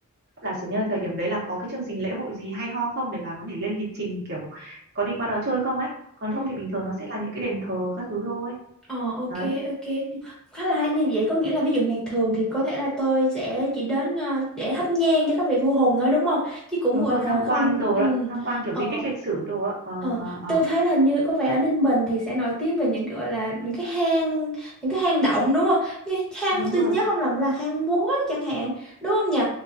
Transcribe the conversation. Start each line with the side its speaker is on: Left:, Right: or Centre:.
Right: giả sử như là thời điểm đấy là có cái chương trình lễ hội gì hay ho không để bà có thể lên lịch trình kiểu có đi qua đó chơi không ấy còn
Centre: Ừ.
Right: không thì bình thường nó sẽ là những cái đền thờ các thứ thôi
Centre: Ờ ok
Right: đấy
Centre: ok Cũng khá là hay như vậy có nghĩa là ví dụ ngày thường thì có thể là tôi sẽ chỉ đến ờ, để thắp nhang cho các vị vua hùng thôi đúng không chứ cũng
Right: đúng
Centre: gọi
Right: rồi
Centre: là
Right: tham
Centre: không
Right: quan đồ
Centre: ừ.
Right: đó tham quan kiểu
Centre: ờ
Right: di tích lịch sử đồ á ờ
Centre: ờ
Right: ờ ờ
Centre: tôi thấy là như có vẻ ở Ninh Bình thì sẽ nổi tiếng về những gọi là những cái hang những cái hang động đúng không như hang
Right: đúng
Centre: tôi
Right: rồi
Centre: nhớ không lầm là hang múa chẳng hạn đúng không nhỉ